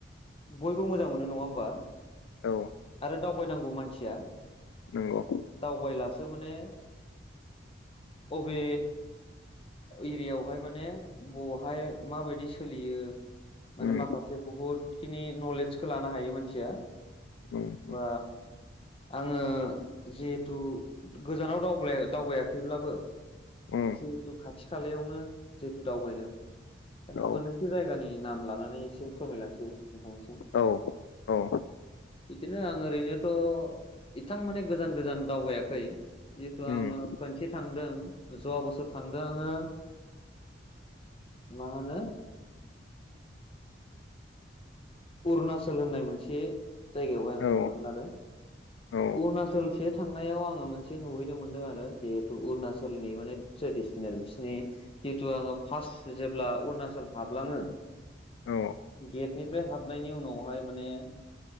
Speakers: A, on the left (about 30°); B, on the left (about 80°).
A: बयबो मोजां मोनो नङा होमबा?
B: औ
A: आरो दावबायनांगौ मानसिया।
B: नंगौ
A: दावबायला थ' माने, अबे एरियाायावहाय माने बावहाय माबायदि <unintelligible> सोलियो
B: उम
A: माने माखासे बुहुद <unintelligible> नलेजखौ लानो हायो मानसिया।
B: उम
A: बा
B: उम
A: आङो जिहेथु गोजानाव दावबा-दावबायाखै <unintelligible>
B: उम
A: जिहेथु खाथि- खालायावनो जिहेथु दावबायदों। दाना
B: औ
A: मोननैसो जायगानि नाम लानानै एसे फोरमायलांसै नोंथांनिसिम
B: औ, औ।
A: बिदिनो आं ओरैनोथ' एथां माने गोजान -गोजान दावबायाखै। जिहेथु
B: उम
A: आङो खनसे थांदों। जवख बोसोर थांदों आङो। मा होनो अरुणाचल होननाय मोनसे जायगायावहाय आं
B: औ
A: थांदोंमोन आरो।
B: औ
A: अरुणाचलसे थांनायाव आङो मोनसे नुहैनो मोनदों आरो। जिहेथु अरुणाचल <unintelligible> माने ट्रेडिसनेल बिसिनि जिथु आङो फार्स्ट जेब्ला अरुणाचल हाबलाङो ।
B: औ
A: गेट बेनिफ्राय हाबनायनि उनावहाय माने